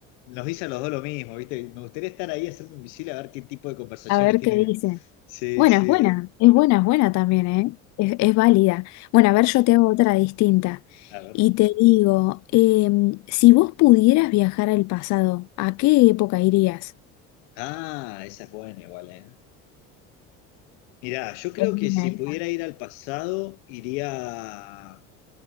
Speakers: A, on the left (about 85°); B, on the left (about 55°).
A: Nos dicen los dos lo mismo, ¿viste? Me gustaría estar ahí, hacerme invisible, a ver qué tipo de conversaciones
B: a ver
A: tiene
B: qué dice.
A: Sí,
B: Bueno,
A: sí.
B: es buena,
A: de-
B: es buena, es buena también, ¿eh? Es, es válida. Bueno, a ver, yo te hago otra distinta.
A: A ver.
B: Y te digo, em, si vos pudieras viajar al pasado, ¿a qué época irías?
A: Ah, esa es buena igual, ¿eh? Mirá, yo creo
B: Es buena
A: que si
B: esta.
A: pudiera ir al pasado, iría